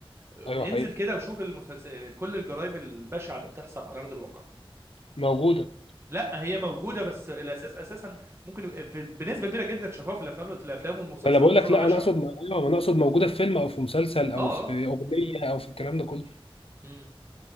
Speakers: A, on the right (about 25°); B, on the left (about 75°).
A: آه،
B: ايوه
A: انزل
B: حقيقي
A: كده وشوف المسلسل كل الجرائم البشعه اللي بتحصل على ارض الواقع
B: موجوده
A: لا هي موجوده بس الاساس اساسا ممكن يبقى في- بنسبه كبيره جدا شفاها في الافلام في الافلام والمسلسلات
B: انا بقول
A: بصوره
B: لك لا
A: بشعه
B: انا اقصد ايوه انا اقصد موجوده في فيلم او في مسلسل او
A: اه
B: في اغنيه او في الكلام ده كله
A: امم